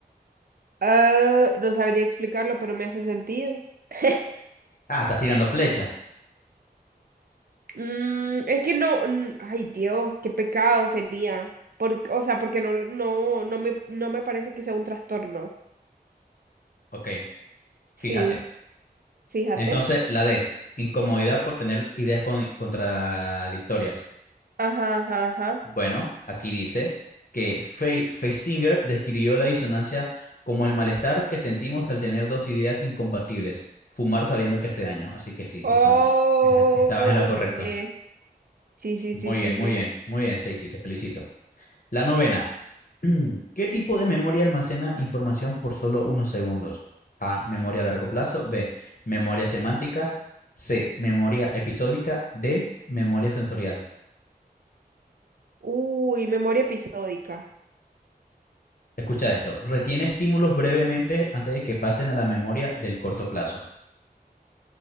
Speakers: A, on the right; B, on the left.
A: Ah, no sabría explicarlo, pero me hace sentido. <laughs>
B: Ah, estás tirando flecha.
A: Mm, es que no, mm, ay Dios, qué pecado sería. Por- o sea, porque no, no, no me, no me parece que sea un trastorno.
B: Ok, fíjate.
A: Sí, fíjate.
B: Entonces, la D, incomodidad por tener ideas con- contradictorias.
A: Ajá, ajá, ajá.
B: Bueno, aquí dice que Fe- Feistinger describió la disonancia como el malestar que sentimos al tener dos ideas incompatibles, fumar sabiendo que hace daño. Así que sí, disona-
A: Oh,
B: eh, estabas en lo correcto.
A: yeah. Sí, sí,
B: Muy
A: sí, sí,
B: bien, muy
A: sí.
B: bien, muy bien, Stacy, te felicito. La novena. <clears throat> ¿Qué tipo de memoria almacena información por solo unos segundos? A. Memoria a largo plazo. B. Memoria semántica. C. Memoria episódica. D. Memoria sensorial.
A: Uy, memoria episódica.
B: Escucha esto, retiene estímulos brevemente antes de que pasen a la memoria del corto plazo.